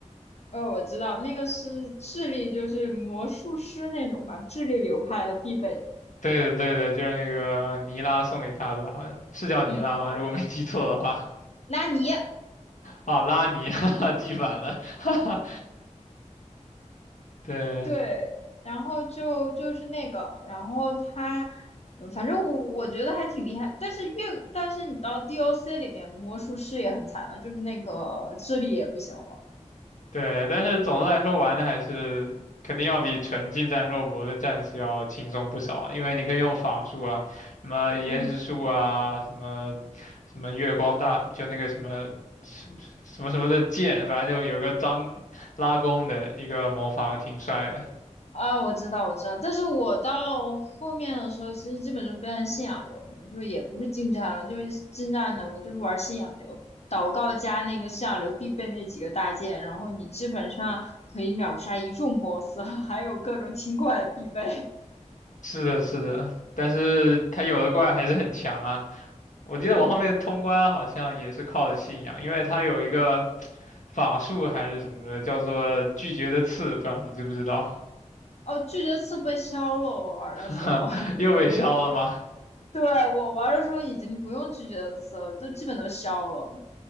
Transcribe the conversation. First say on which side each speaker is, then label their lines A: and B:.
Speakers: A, on the left; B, on the left.
A: 哦，我知道那个是智力，就是魔术师那种吧，智力流派的必备。
B: 对的对的，就是那个尼拉送给他的吧，好像是叫尼拉吗？
A: 嗯，
B: 如果没记错的话，
A: 纳尼？
B: 啊，拉尼，<laughs> 哈哈，记反了，<laughs> 哈哈，对。
A: 对，然后就就是那个，然后他，嗯反正我我觉得还挺厉害。但是越但是你到 DOC 里面，魔术师也很惨了，就是那个智力也不行了。
B: 对，但是总的来说玩的还是肯定要比纯近战肉搏的战士要轻松不少，因为你可以用法术啊，什么岩石术啊，
A: 嗯。
B: 什么什么月光大，就那个什么什么什么什么的剑，反正就有一个张拉弓的一个魔法挺帅的。
A: 啊，我知道，我知道，但是我到后面的时候，其实基本就变成信仰流了，就也不是近战了，就是近战的，我就是玩信仰流，祷告加那个信仰流必备那几个大件，然后你基本上可以秒杀一众 BOSS，<laughs> 还有各种清怪必备。
B: 是的，是的，但是他有的怪还是很强啊。我记得我后面通关好像也是靠的信仰，
A: <laughs> 嗯，
B: 因为他有一个法术还是什么的，叫做拒绝的刺，不知道你知不知道。
A: 哦，拒绝刺被消了，我玩的时候，
B: <laughs> 又被削了吗？
A: <laughs> 对，我玩的时候已经不用拒绝刺了，都基本都消了。